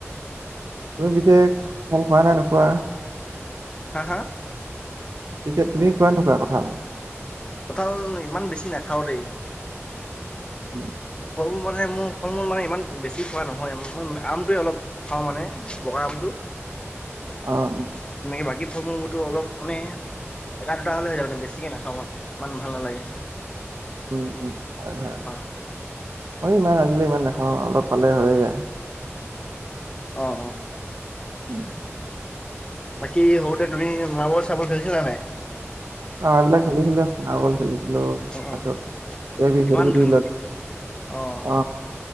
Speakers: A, on the right; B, on the left.
A: তুমি পিছে ভাল খোৱা নে নোখোৱা?
B: হাঁ হাঁ?
A: পিছে তুমি খোৱা নোখোৱা কথাল?
B: কঁঠাল ইমান বেছি নাখাওঁ দেই।
A: উম'
B: ফল-মূল মানে মোৰ ফল-মূল মানে ইমান বেছি খোৱা নহয় মানে আমটো অলপ খাওঁ মানে বগা আমটো।
A: <unintelligible> <inaudible> অ',
B: অঁ। তুমি বাকী ফল-মূলবোৰ টো অলপ মানে- এটা দুটা হ'লে হৈ যাব কিন্তু বেছিকে নাখাওঁ মানে ইমান ভাল নালাগে।
A: উমঁ উমঁ হয়।
B: অ',
A: মইও ইমান আজিকালি ইমান নাখাওঁ অলপ পালে হৈয়ে যায়।
B: অঁ অঁ।
A: উমঁ।
B: বাকী' সৰুতে তুমি মাৰ্বল- চাৰ্বল খেলিছিলা নাই?
A: অঁ এইবিলাক খেলিছিলো দিয়া মাৰ্বল খেলিছিলো। অঁ
B: অ', অ',
A: তাৰপাছত এইবিলাক
B: কিমান
A: শিলগুটি
B: ধুন
A: বিলাক
B: অ'।
A: অঁ।